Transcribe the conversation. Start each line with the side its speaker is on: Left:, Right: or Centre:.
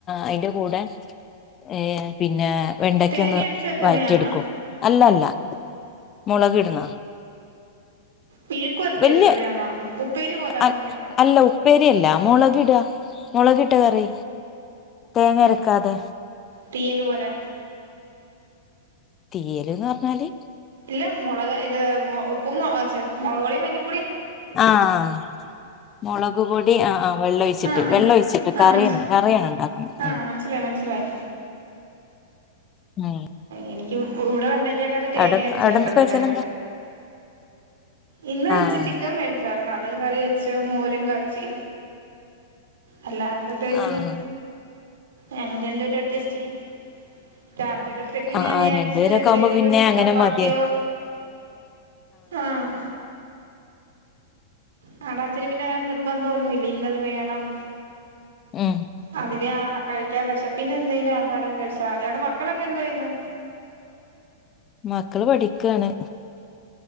Left: അയിന്റെ കൂടെ ഏ പിന്നെ വെണ്ടയ്ക്കങ്ങ്
Right: തേങ്ങ അരച്ച് വെക്കുന്നയാണോ
Left: വയറ്റിയെടുക്കും അല്ലല്ല മോളകിടുന്ന
Right: മെഴുക്കുവരട്ടി
Left: വല്ല്യ
Right: എടുക്കുന്നയാണോ ഉപ്പേരി പോലെ ആക്കുന്നയാണോ
Left: അൽ അല്ല ഉപ്പേരിയല്ല മുളകിടാ മുളകിട്ടക്കറി തേങ്ങരാക്കാതെ
Right: തീയലുപോലെ
Left: തീരും എന്നുപറഞ്ഞാല്
Right: ഇളം മുളക് അതില് ഉപ്പ ഉപ്പും ചേ മുളകുപൊടിയും മല്ലി
Left: ആഹ് മുളകുപൊടി ആഹ് ആഹ് വെള്ളമൊഴിച്ചിട്ട്
Right: ആഹ് മന
Left: വെള്ളമൊഴിച്ചിട്ട്
Right: ആഹ്
Left: കറി
Right: മനസ്
Left: തന്നെ കറിയാണ് ഉണ്ടാക്കുന്നത്
Right: ആഹ്
Left: ഉം.
Right: മനസ്സിലായി മനസ്സിലായി
Left: ഉം
Right: എനിക്കും എവിടേണ്ടെങ്കിൽ. ചിക്കൻ കറി തേങ്ങ
Left: അവിടെ
Right: അരച്ചാ
Left: അവിടെ
Right: വെയ്ക്കുന്നെ
Left: സ്പെഷ്യൽ
Right: എല്ലാരും.
Left: എന്താ
Right: ഇന്ന്
Left: ആഹ്
Right: ഇച്ചി ചിക്കൻ മേടിച്ചായിരുന്നു അത്. കറി വെച്ചു മോരും കാച്ചി. അല്ലാതെ പ്രത്യേകിച്ച്
Left: ആഹ്
Right: ഒന്നും. ഞങ്ങൾ രണ്ട് പേരും അഡ്ജസ്റ്റ് ചെയ്യും. രാത്രിയിലത്തേക്ക്
Left: ആഹ്
Right: ഞാൻ
Left: ആഹ്
Right: വിചാരിച്ചു
Left: രണ്ടുപേരൊക്കെ
Right: എന്തെങ്കിലും
Left: ആവുമ്പോ പിന്നെ അങ്ങനെ
Right: ചപ്പാത്തിയോ
Left: മതിയെ
Right: ആഹ്. കാണാച്ചന് പിന്നെ നിർ ബന്ധമൊന്നുമില്ല ഇന്നത് വേണും.
Left: ഉം
Right: അതിനെ ആ കഴിക്കാൻ വിശപ്പിന് എന്തെങ്കിലും ആഹാരം കഴിച്ചാൽ മതി, അയാളുടെ മക്കളൊക്കെ എന്തോ ചെയ്യുന്നു.
Left: മക്കൾ പഠിക്കാണ്